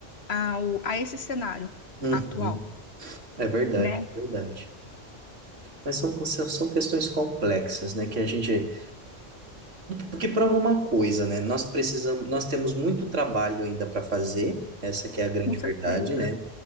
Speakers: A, on the left; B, on the right.
A: ao, a esse cenário
B: uhum,
A: atual,
B: é verdade,
A: né?
B: é verdade. Mas são, são são questões complexas, né? Que a gente Porque prova uma coisa, né? Nós precisamos, nós temos muito trabalho ainda para fazer, essa que é a grande
A: Com certeza,
B: verdade, né?